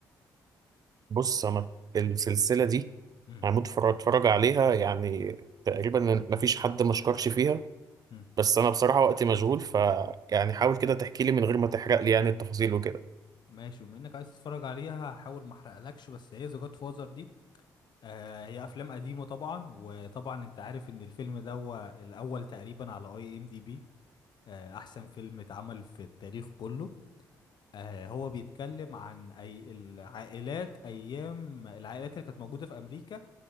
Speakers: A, on the right; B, on the left.
A: بص انا السلسله دي
B: امم
A: هموت فر- اتفرج عليها يعني تقريبا ما فيش حد ما شكرش فيها
B: امم
A: بس انا بصراحه وقتي مشغول ف يعني حاول كده تحكي لي من غير ما تحرق لي يعني التفاصيل وكده
B: ماشي بما انك عايز تتفرج عليها هحاول ما احرقلكش بس هي ذا جاد فازر دي آه هي افلام قديمة طبعا وطبعا انت عارف ان الفيلم ده هو الاول تقريبا على اي ام دي بي احسن فيلم اتعمل في التاريخ كله آه، هو بيتكلم عن أي العائلات أيام العائلات اللي كانت موجودة في أمريكا